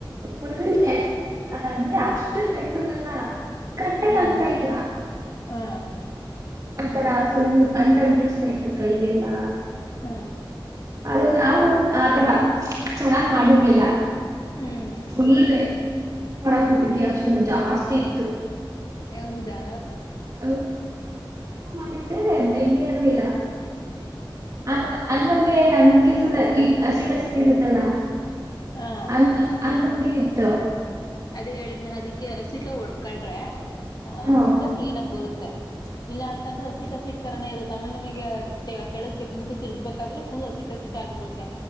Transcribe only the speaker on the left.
ಹ್ಮ್
ಹಾ
ಹ್ಮ್
ಹ್ಮ್
ಹೌದಾ
ಹಾ
ಅದೇ ಹೇಳಿದನಲ್ಲ ಅದಿಕ್ಕೆ ಹಸಿಟ ಹೊಡ್ಕೊಂಡ್ರೆ ಆಹ
ಮುದ್ದೆ ಕ್ಲೀನ್ ಆಗ ಬರುತ್ತೆ ಇಲ್ಲಾ ಅಂತಂದ್ರೆ ಹಸಿಟ್ ಹಸಿಟ್ ತರಾನೇ ಇರುತ್ತೆ ಆಮೇಲೆ ನಿಮಗೆ ಕೆಳಗ್ ತೆಗಬಿಟ್ಟು ತಿರ್ಗ್ಬೇಕಾದ್ರೆ ಫುಲ್ ಹಸಿಟ್ ಹಸಿಟ್ ಆಗ್ಬಿಡುತ್ತೆ.